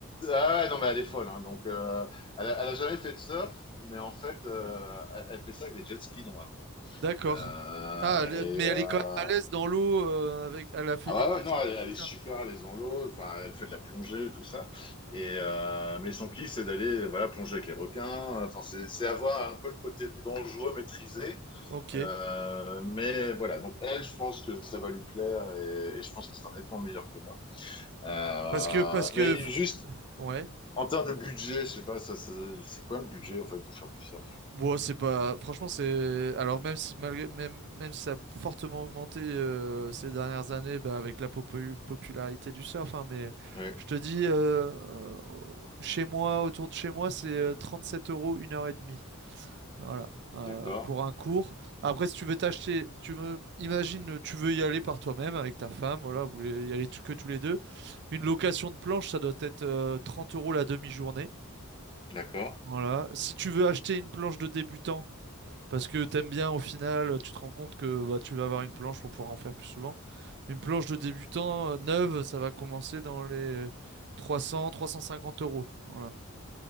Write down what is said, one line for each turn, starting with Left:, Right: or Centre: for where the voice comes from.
Left: Ah ouais, non, mais elle est folle. Hein, donc, euh, elle, a, elle a jamais fait de surf, mais en fait, euh, elle, elle fait ça avec des jet skis normalement.
Right: d'accord.
Left: Euh,
Right: Ah, elle-
Left: et
Right: mais
Left: euh,
Right: elle est quand même à l'aise dans l'eau, euh, avec, elle a fait
Left: ah
Right: du
Left: ouais,
Right: jet
Left: ouais, non,
Right: ski,
Left: elle,
Right: etc.
Left: elle est super à l'aise dans l'eau. Enfin, elle fait de la plongée, tout ça. Et euh, mais son kiff, c'est d'aller voilà plonger avec les requins. Enfin, c'est c'est avoir un peu le côté dangereux maîtrisé.
Right: Ok.
Left: Euh, mais voilà, donc elle, je pense que ça va lui plaire et, et je pense que ce sera nettement meilleur que moi. Euh,
Right: Parce que, parce que,
Left: mais
Right: faut-
Left: juste
Right: ouais.
Left: en termes de budget, je sais pas, ça, ça- c'est quoi le budget en fait pour faire du surf?
Right: Bon, c'est pas, franchement, c'est, alors même si, malgré, même, même si ça a fortement augmenté euh, ces dernières années, bah, avec la popu- popularité du surf, hein, mais
Left: Oui,
Right: je te dis, euh, euh, chez moi, autour de chez moi, c'est euh, sept euros une heure et demie. Voilà. Euh,
Left: D'accord.
Right: pour un cours. Après, si tu veux t'acheter, tu veux, imagine, tu veux y aller par toi-même avec ta femme, voilà, vous voulez y aller t- que tous les deux. Une location de planche, ça doit être euh, 30 euros la demi-journée.
Left: d'accord.
Right: Voilà. Si tu veux acheter une planche de débutant, parce que t'aimes bien au final, tu te rends compte que bah, tu vas avoir une planche pour pouvoir en faire plus souvent. Une planche de débutant euh, neuve, ça va commencer dans les 300, 350 euros. Voilà.